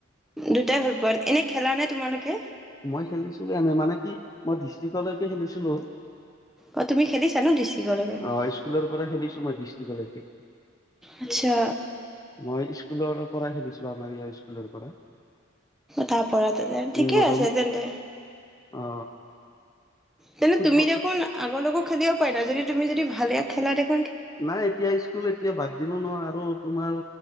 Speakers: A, in the centre; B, on the left.
A: দুটাই ভাল পোৱান এনে খেলা নে তোমালোকে?
B: মই খেলিছিলো এনে মানে কি। মই ডিষ্ট্ৰিকলৈকে খেলিছিলোঁ।
A: অ তুমি খেলিছা ন ডিষ্ট্ৰিকলৈকে
B: আহ স্কুলৰ পৰা খেলিছোঁ মই ডৃষ্ট্ৰিকলৈকে।
A: আচ্ছা
B: মই স্কুলৰ। কৰাই সে দিছো। মাৰি স্কুলৰ পৰা।
A: তাৰাপ যেন ঠিকে
B: উম ৰঙি
A: আছে তেন্তে।
B: অ
A: তেনে
B: ফুটবল
A: তুমি দেখোন। আগোকো খেলিব পাৰে না যদি তুমি যদি ভালে খেলা দেখা।
B: নাই এতিয়া স্কুল এতিয়া বাদ দিলো ন আৰু তমাৰ